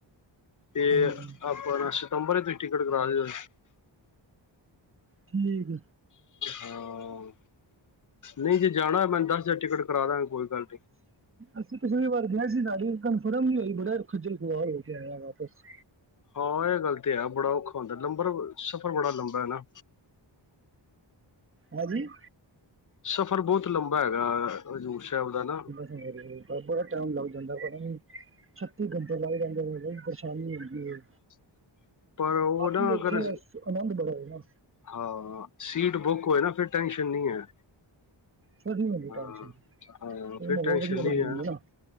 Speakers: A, on the left; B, on the right.
A: ਤੇ
B: ਹਾਂਜੀ
A: ਅਪਾਂ ਬਾਂਰਾ ਸਤੰਬਰ ਤੁਸੀਂ ਟਿਕਟ ਕਰਾ ਰਿਹਾ
B: ਠੀਕ
A: ਹਾਂ ਨਹੀਂ ਜੇ ਜਾਣਾ ਮੈਨੂੰ ਦਸ ਹਜ਼ਾਰ ਟਿਕਟ ਕਰਾ ਦਵਾਂਗਾ ਕੋਈ ਗੱਲ ਨਹੀਂ
B: ਅਸੀਂ ਪਿਛਲੀ ਵਾਰ ਗਏ ਸੀ ਸਾਡੀ ਕਨਫਰਮ ਨੀ ਹੋਈ ਬੜਾ ਖੱਜਲ ਖੁਆਲ ਹੋ ਕੇ ਆਏ ਵਾਪਸ
A: ਹਾਂ ਏ ਗੱਲ ਤੇ ਹੈ ਬੜਾ ਔਖਾ ਹੁੰਦਾ ਲੰਬਰ ਸਫ਼ਰ ਬੜਾ ਲੰਬਾ ਹੈ ਨਾ
B: ਹਾਂਜੀ
A: ਸਫ਼ਰ ਬਹੁਤ ਲੰਬਾ ਹੈਗਾ ਹਜ਼ੂਰ ਸਾਹਿਬ ਦਾ ਨਾ
B: ਹੋਰ ਬੜਾ ਟਾਈਮ ਲੱਗ ਜਾਂਦਾ ਪਤਾ ਨੀ ਛੱਤੀ ਘੰਟੇ ਲਗ ਜਾਂਦੇ ਬੜੀ ਪਰੇਸ਼ਾਨੀ ਹੁੰਦੀ ਏ
A: <inaudible> ਉਹ
B: ਬਾਕੀ
A: ਨਾ ਅਗਰ
B: ਉੱਥੇ ਆਨੰਦ ਬੜਾ ਹੈਗਾ
A: ਹਾਂ ਸੀਟ ਬੁੱਕ ਹੋਏ ਨਾ ਫਿਰ ਟੈਂਨਸ਼ਨ ਨਹੀਂ ਹੈ
B: ਫਰੀ ਹੁੰਦੀ ਟੈਨਸ਼ਨ
A: ਹਾਂ
B: 'ਚ
A: ਫਿਰ
B: ਮਾਹੌਲ
A: ਟੈਨਸ਼ਨ
B: ਵਧੀਆ
A: ਨਹੀਂ
B: ਮੰਨ ਜਾਂਦਾ
A: ਆ
B: ਨਾ